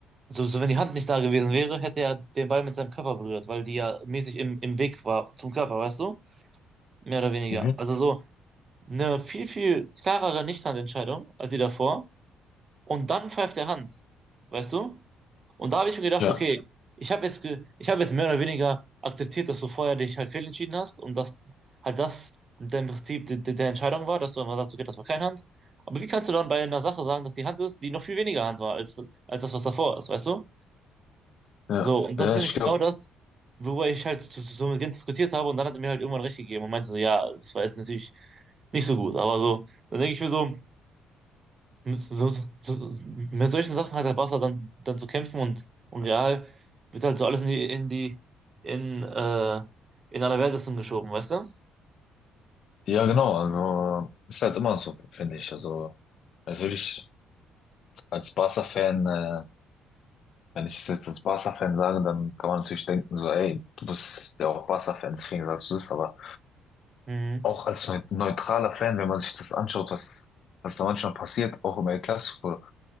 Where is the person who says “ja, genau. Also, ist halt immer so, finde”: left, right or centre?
Left